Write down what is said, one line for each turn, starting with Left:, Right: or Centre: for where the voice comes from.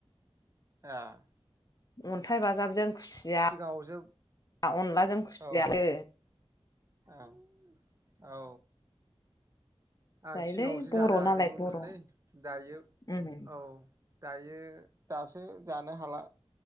Right: आ
Left: अन्थाइ बाजाबजों खुसिया
Right: सिगाङावसो
Left: अनलाजों खुसियानो
Right: औ औ औ आं
Left: जायोलै
Right: सिगाङावसो
Left: बर'
Right: जानो हाजोबोमोनलै
Left: नालाय बर'
Right: दायो
Left: उम
Right: औ दायो दासो जानो हाला